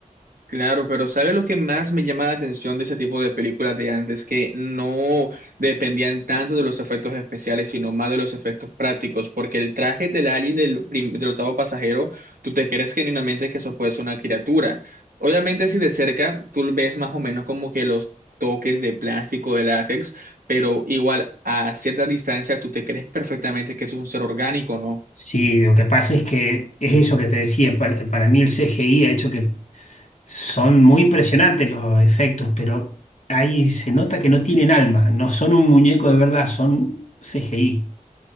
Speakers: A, on the right (about 85°); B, on the left (about 55°).
A: Claro, pero ¿sabes lo que más me llama la atención de ese tipo de películas de antes? Que no dependían tanto de los efectos especiales, sino más de los efectos prácticos, porque el traje del alien del, prim- del octavo pasajero, tú te crees genuinamente que eso puede ser una criatura. Obviamente si de cerca, tú ves más o menos como que los toques de plástico, de látex, pero igual a cierta distancia, tú te crees perfectamente que eso es un ser orgánico, ¿no?
B: Sí, lo que pasa es que es eso que te decía, para, para mí el CGI ha hecho que Son muy impresionantes los efectos, pero ahí se nota que no tienen alma, no son un muñeco de verdad, son CGI.